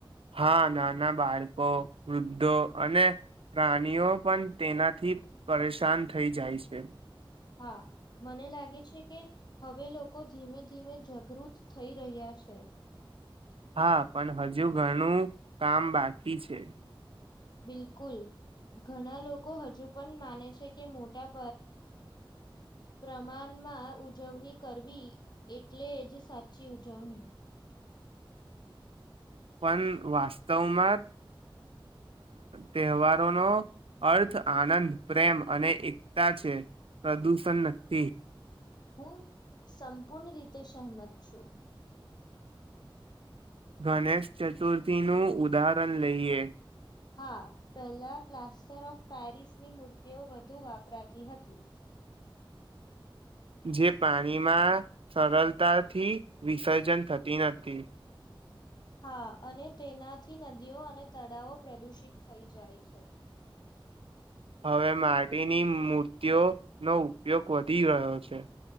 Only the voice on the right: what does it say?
હા નાના બાળકો વૃદ્ધો અને પ્રાણીઓ પણ તેનાથી પરેશાન થઈ જાય છે
હા પણ હજુ ઘણું કામ બાકી છે
પણ વાસ્તવમાં તહેવારોનો અર્થ આનંદ પ્રેમ અને એકતા છે પ્રદૂષણ નથી
ગણેશ ચતુર્થીનું ઉદાહરણ લઈએ
જે પાણીમાં સરળતાથી વિસર્જન થતી નથી
હવે માટીની મૂર્તિઓનોો ઉપયોગ વધી રહ્યો છે